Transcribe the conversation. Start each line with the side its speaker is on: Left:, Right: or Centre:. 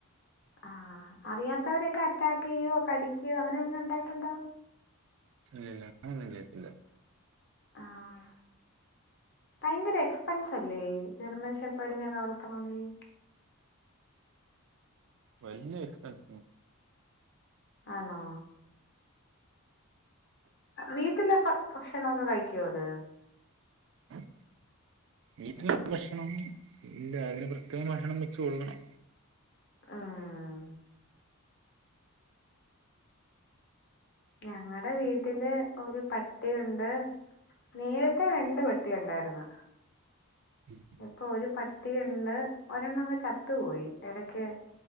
Left: ആഹ് അറിയാത്തവരൊക്കെ അറ്റാക്ക് ചെയ്യോ കടിക്കയോ അങ്ങനെ വല്ലോം ഒണ്ടായിട്ടുണ്ടോ?
Right: ഇല്ല ഇല്ല അങ്ങനൊന്നും ചെയ്യത്തില്ല.
Left: ആഹ് ഭയങ്കര എക്സ്പെൻസല്ലേ ജർമ്മൻ ശെപ്പാടിനൊക്കെ വളർത്തണോങ്കി.
Right: വലിയ എക്സ്‌പെൻസ
Left: ആണോ? വീട്ടിലെ ഭ ഭക്ഷണൊക്കെ കഴിക്കുവോ അത്?
Right: <unintelligible> വീട്ടില് ഭക്ഷണം ഇല്ല അതിന് പ്രത്യേകം ഭക്ഷണം വെച്ച് കൊടുക്കണം
Left: ആഹ് ഞങ്ങടെ വീട്ടില് ഒരു പട്ടിയൊണ്ട് നേരത്തെ രണ്ട് പട്ടി ഒണ്ടാരുന്ന്
Right: ഉം
Left: ഇപ്പോ ഒരു പട്ടിയൊണ്ട് ഒരെണ്ണം അങ്ങ് ചത്തു പോയി എടക്ക്